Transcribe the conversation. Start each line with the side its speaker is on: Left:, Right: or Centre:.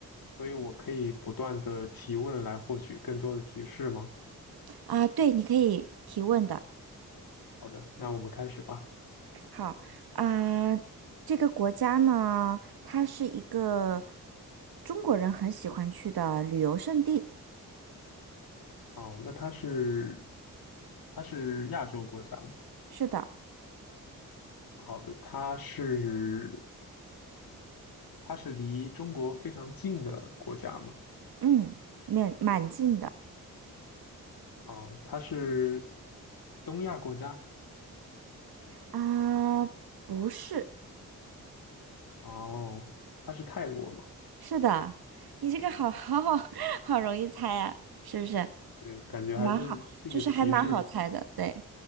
Left: 所以我可以不断的提问来获取更多的提示吗？
Right: 啊、对，你可以提问的。
Left: 好的，那我们开始吧。
Right: 好，啊、这个国家呢，它是一个中国人很喜欢去的旅游胜地。
Left: 哦，那它是它是亚洲国家吗？
Right: 是的。
Left: 好的，它是它是离中国非常近的国家吗？
Right: 嗯，面蛮近的
Left: 哦，它是东亚国家。
Right: 啊，不是，
Left: 哦，它是泰国吗？
Right: 是的，你这个好好好 <laughs> 好容易猜呀、是不是？
Left: 对，感觉还是这个提示
Right: 蛮好，就是还蛮好猜的，对，